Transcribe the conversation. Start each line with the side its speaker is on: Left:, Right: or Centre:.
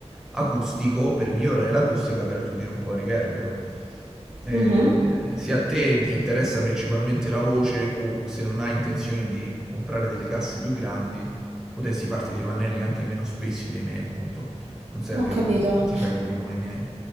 Centre: acustico per migliorare l'acustica per attutire un po' il riverbero. Eh,
Right: mhm.
Centre: se a te ti interessa principalmente la voce o se non hai intenzione di comprare delle casse più grandi, potresti farti dei pannelli anche meno spessi dei miei, appunto non serve
Right: Ho capito.
Centre: che, che ti fai quelli come i miei.